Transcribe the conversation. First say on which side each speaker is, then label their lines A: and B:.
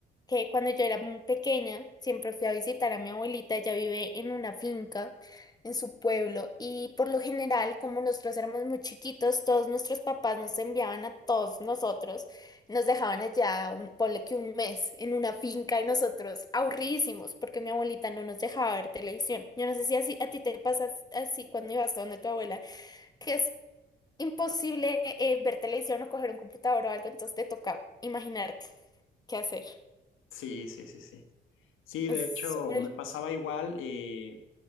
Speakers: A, on the left (about 20°); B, on the left (about 85°).
A: que cuando yo era muy pequeña, siempre fui a visitar a mi abuelita, ella vive en una finca, en su pueblo, y por lo general, como nosotros éramos muy chiquitos, todos nuestros papás nos enviaban a todos nosotros, nos dejaban allá, un, ponle que un mes, en una finca, y nosotros aburridísimos, porque mi abuelita no nos dejaba ver televisión. Yo no sé si así, a ti te pasas así cuando ibas a donde tu abuela, que es imposible eh, ver televisión o coger un computador o algo, entonces te toca imaginarte qué hacer.
B: Sí, sí, sí, sí. Sí,
A: Es
B: de hecho,
A: súper.
B: me pasaba igual. eh,